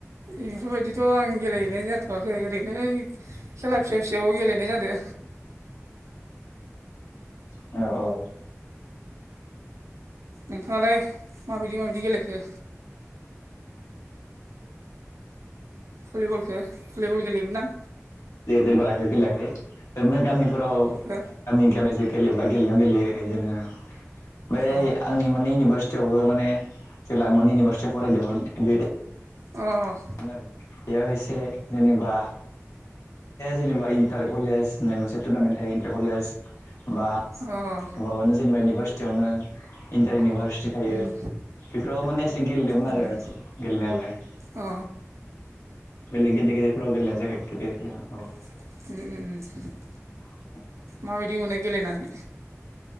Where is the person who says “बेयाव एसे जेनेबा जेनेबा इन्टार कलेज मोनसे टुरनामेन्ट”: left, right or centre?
Left